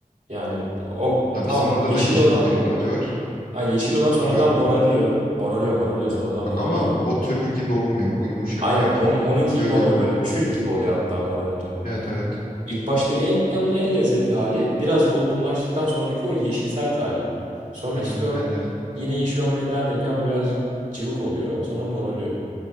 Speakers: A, on the right; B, on the left.
A: Yani o
B: Ya
A: tamam
B: bizim orada
A: yeşil
B: da yeşil
A: olan
B: erik ağacı var.
A: ay yeşil
B: Hiç
A: olan
B: mor
A: sonradan
B: görmedim.
A: morarıyor. Morarıyor morarıyor sonradan mor
B: Yok ama
A: oluyor.
B: o türlü gibi olmuyor. O yumuşak
A: Aynen
B: büyük
A: onun,
B: ya.
A: onunki
B: Öyle
A: gibi olmuyor
B: olmuyor.
A: böyle çürük gibi oluyor hatta morarınca.
B: Evet evet.
A: İlk başta en, en, en lezzetli hali birazcık olgunlaştıktan sonraki o yeşil sert hali. Sonra
B: Aynen
A: işte o
B: bence de.
A: yine yeşil olmaya devam ediyor ama birazcık cıvık oluyor sonra morarıyor.